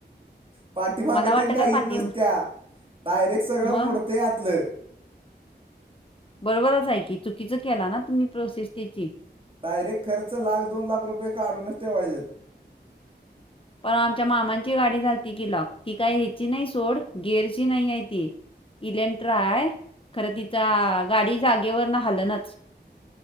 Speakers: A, on the right; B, on the left.
A: पाठीमागते
B: मला वाटतं
A: काहीच
B: काय पाठी
A: नसत्या डायरेक्ट सगळं
B: मग
A: मोडत ते जातलं
B: बरोबरच ऐ की चुकीचं केला ना तुम्ही प्रोसेस त्याची
A: डायरेक्ट खर्च लाख दोन लाख रुपये काढूनच ठेवायचेेत
B: परण आमच्या मामांची गाडी झालती की लॉक ती काय ह्याची नाही सोड गेअरची नाही आहे ती इलेंट्रा आहे खरं तिचा गाडी जागेवर न हल नाच.